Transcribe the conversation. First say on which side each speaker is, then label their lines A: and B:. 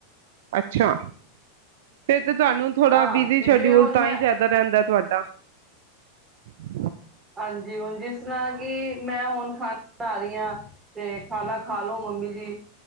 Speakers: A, on the right; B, on the right.
A: ਅੱਛਾ ਫੇਰ ਤੇ ਤੁਹਾਨੂੰ ਥੋੜਾ
B: ਹਾਂ
A: ਬਿਜੀ ਸ਼ਡਿਊਲ
B: ਜਿਵੇਂ ਹੁਣ
A: ਤਾਂ
B: ਮੈਂ
A: ਹੀ ਜ਼ਿਆਦਾ ਰਹਿੰਦਾ ਤੁਹਾਡਾ <inaudible>
B: ਹਾਂਜੀ ਹੁਣ ਜਿਸ ਤਰ੍ਹਾਂ ਕਿ ਮੈਂ ਹੁਣ ਖਾਣਾ ਬਣਾ ਰਹੀ ਹਾਂ ਤੇ, ਖਾਣਾ ਖਾ ਲੋੋ ਮੰਮੀ ਜੀ